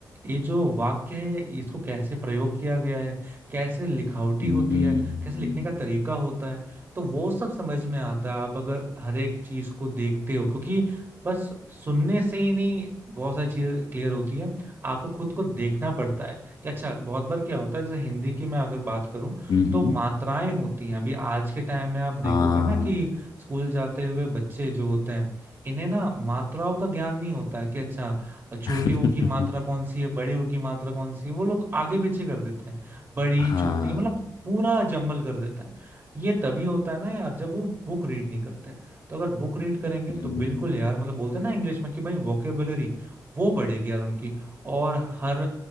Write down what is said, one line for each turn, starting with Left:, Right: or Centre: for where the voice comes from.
Right: ये जो वाक्य है इसको कैसे प्रयोग किया गया है कैसे लिखावटी
Left: हम्म
Right: होती है कैसे लिखने का तरीका होता है तो वो सब समझ में आता है आप अगर हर एक चीज को देखते हो क्योंकि बस सुनने से ही नहीं बहुत सारी चीजें क्लियर होती है आपको खुद को देखना पड़ता है कि अच्छा बहुत बार क्या होता है जैसे हिंदी की मैं अगर बात करूं
Left: हम्म,
Right: तो मात्राएं होती हैं अभी आज के टाइम में आप देखोगे
Left: हाँ
Right: ना कि स्कूल जाते हुए बच्चे जो होते हैं इन्हें ना मात्राओं का ज्ञान नहीं होता है कि अच्छा छोटी
Left: <laughs>
Right: ऊ की मात्रा कौन सी है बड़ी ऊ की मात्रा कौन सी है वो लोग आगे पीछे कर देते हैं बड़ी
Left: हाँ
Right: छोटी मतलब पूरा जंबल कर देता है ये तभी होता है ना यार जब वो बुक रीड नहीं करते तो अगर बुक रीड करेंगे तो
Left: हम्म।
Right: बिल्कुल यार मतलब बोलते हैं ना इंग्लिश में कि भाई वोकेबुलरी वो बढ़ेगी यार उनकी और हर